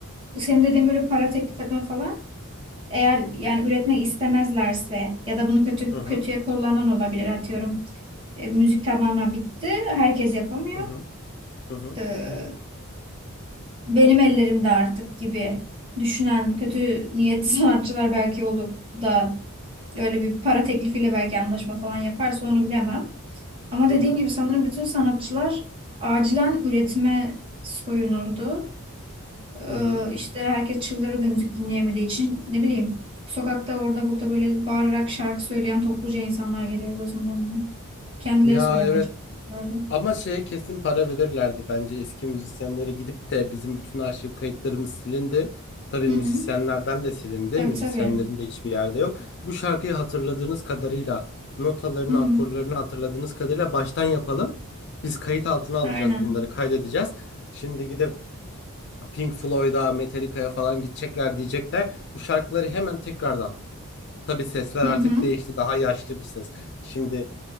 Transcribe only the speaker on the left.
Hı hı.
Hı hı. Hı hı.
Hı
hı.
Hı hı.
Ya
evet.
Ama şeye kesin para verirlerdi bence eski müzisyenlere gidip de bizim bütün arşiv kayıtlarımız silindi. Tabii
müzisyenlerden
de silindi.
Müzisyenlerin
de hiçbir yerde yok. Bu şarkıyı hatırladığınız kadarıyla, notalarını,
akorlarını hatırladığınız kadarıyla baştan yapalım. Biz kayıt altına alacağız
bunları, kaydedeceğiz. Şimdi gidip Pink Floyd'a, Metallica'ya falan gidecekler diyecekler. Bu şarkıları hemen tekrardan. Tabii sesler
artık
değişti. Daha yaşlı bir ses. Şimdi